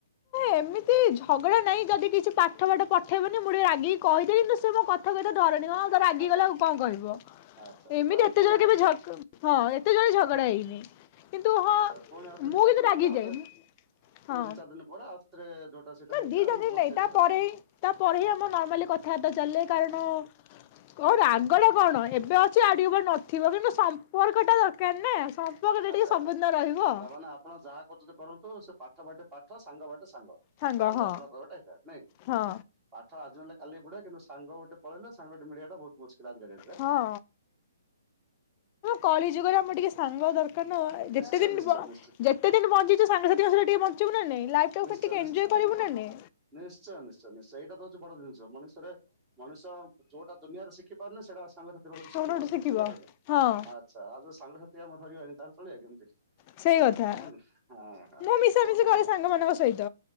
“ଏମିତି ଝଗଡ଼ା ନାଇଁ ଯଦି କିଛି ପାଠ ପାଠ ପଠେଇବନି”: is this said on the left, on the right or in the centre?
Left